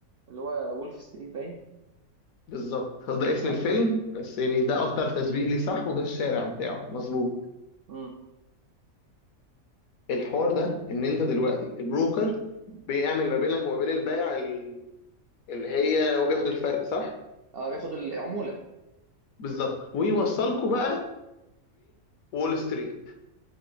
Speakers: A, on the right; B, on the left.
A: اللي هو وولف ستريت باين
B: بالظبط هو ده اسم
A: اه
B: الفيلم بس يعني ده اكتر تشبيه ليه صح وده الشارع بتاعه مظبوط
A: مم.
B: الحوار ده ان انت دلوقتي البروكر بيعمل ما بينك وما بين البائع ال- اللي هي هو بياخد الفرق صح؟
A: اه بياخد العمولة
B: بالظبط ويوصلكوا بقى بول ستريت